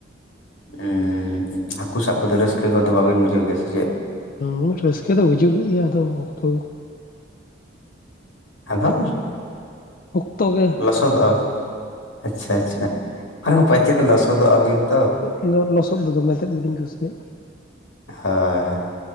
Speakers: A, on the left; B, on the left.
A: ᱩᱸᱻ ᱦᱟᱠᱩ ᱥᱟᱵ ᱠᱚᱫᱚ ᱨᱟᱹᱥᱠᱟᱹ ᱫᱚ ᱵᱟᱵᱟᱹᱤᱱ ᱵᱩᱡᱷᱟᱹᱣ ᱜᱮᱭᱟ ᱥᱮ ᱪᱮᱫ?
B: ᱦᱩᱸ ᱨᱟᱹᱥᱠᱟᱹ ᱫᱚ ᱦᱤᱡᱩᱜ ᱜᱮᱭᱟ ᱟᱫᱚ ᱚᱠᱛᱚ
A: ᱟᱫᱚ
B: ᱚᱠᱛᱚ ᱜᱮ
A: ᱞᱚᱥᱚᱫᱚᱜᱼᱟ ᱟᱪᱷᱟ ᱟᱪᱷᱟ ᱵᱟᱝ ᱯᱟᱪᱮᱫ ᱞᱚᱥᱚᱫᱚᱜᱼᱟᱵᱤᱱ ᱛᱚ
B: ᱤᱧ ᱫᱚ ᱞᱚᱥᱚᱫ ᱫᱚᱢᱮ ᱛᱮᱫ ᱟᱹᱰᱤᱧ ᱠᱩᱥᱤᱭᱟᱜᱼᱟ ᱾
A: ᱦᱚᱭ ᱾